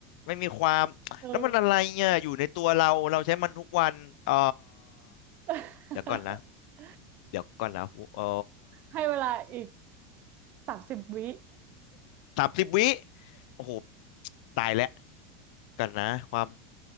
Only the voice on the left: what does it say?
ไม่มีความแล้วมันอะไรเนี่ยอยู่ในตัวเราเราใช้มันทุกวันเออ
เดี๋ยวก่อนนะเดี๋ยวก่อนนะเออ
สามสิบวิโอ้โหตายแล้วกันนะความ